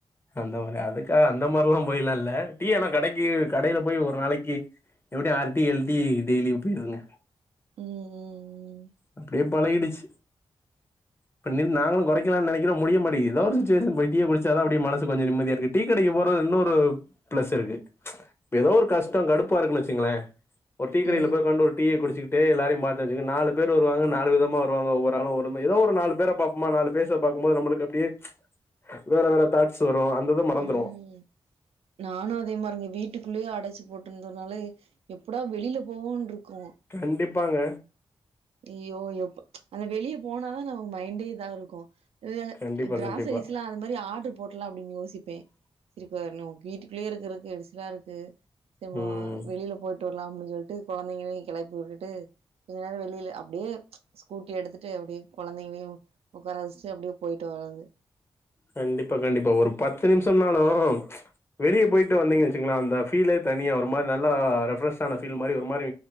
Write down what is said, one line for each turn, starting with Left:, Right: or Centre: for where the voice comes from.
Left: அந்த மாரி அதுக்காக அந்த மார்ல்லா போய்லா இல்ல டீ ஆனா கடைக்கு கடையில போய் ஒரு நாளைக்கி எப்படியு ஆறு டீ எழு டீ டெய்லியு போய்டுங்க
Right: ம் ம் ம்
Left: அப்படியே பழகிடுச்சு இப்ப நி நாங்களு கொறைக்கலான் நெனைக்கிறோ முடிய மாட்டிக்கி எதா ஒரு சுச்சுவேஸன் போய் டீய குடிச்சாதா அப்படியே மனசு கொஞ்சோ நிம்மதியாருக்கு டீ கடைக்கு போறது இன்னொரு ப்ளஸ் இருக்கு இப்ப எதோ ஒரு கஷ்டோ கடுப்பா இருக்குன் வெச்சுங்களே ஒரு டீ கடையில
Right: ம் ம்
Left: போய் உக்காண்டு ஒரு டீய குடிச்சிகிட் டு எல்லாரியு பாத்த வெச்சிக்க நாலு பேரு வருவங்க நாலு விதமா வருவாங்க ஒவ்வொரு ஆளு ஒவ்வொரு மாரி எதோ ஒரு நாலு பேர பாப்போமா நாலு ஃபேஸ பாக்கும்போது நம்பளுக் அப்டியே வேற வேற தாட்ஸ் வரு அந்தித மறந்திருவோ
Right: ம் நானு அதே மாரிங்க வீட்டுக்குள்ளயே அடச்சி போட்டுந்தனால எப்படா வெளில போவோன்ட்ருக்கோ
Left: கண்டிப்பாங்க
Right: அய்யோ எப் அந்த வெளிய போனாதா நமக்கு மைண்டே இதா இருக்கு <unintelligible>
Left: கண்டிப்பா
Right: கிராசரிஸ்லா
Left: கண்டிப்பா
Right: அந்தமாரி ஆடரு போட்டுல்லா அப்டின் யோசிப்பே செரி இப்ப ன்னு வீட்டுக்குள்ளயே இருக்கிறக்கு எரிசலா இருக்கு சும்மா
Left: ம்
Right: வெளில போயிட்டு வர்லா அப்டின் சொல்ட்டு கொழந்தைங்களையு கெளப்பி வுட்டுட்டு கொஞ்ச நேரோ வெளில அப்டியே ஸ்கூட்டி எடுத்துட்டு அப்டியே கொழந்தைங்களயு உக்கார வெஷ்ட்டு அப்டியே போய்ட்டு வரது
Left: கண்டிப்பா கண்டிப்பா ஒரு பத்து நிம்ஷம்னாலு வெளிய போய்ட்டு வந்தீங்ன் வெச்சுங்ளே அந்த ஃபீலே தனியா ஒரு மாரி நல்லா ரெஃப்ரெஷ்ஷான ஃபீல் மாரி ஒரு மாரி